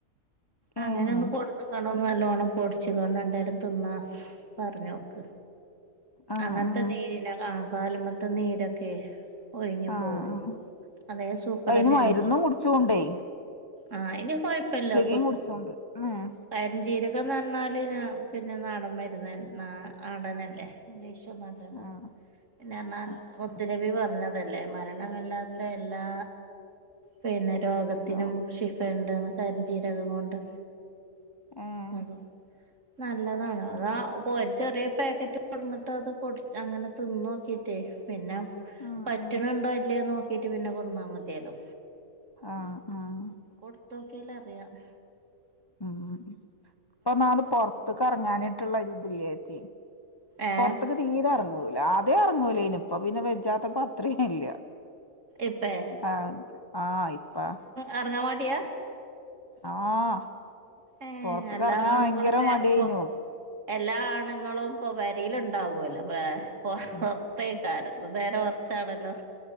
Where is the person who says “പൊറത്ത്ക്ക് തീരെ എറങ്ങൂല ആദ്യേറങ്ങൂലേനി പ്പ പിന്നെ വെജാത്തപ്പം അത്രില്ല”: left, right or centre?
Left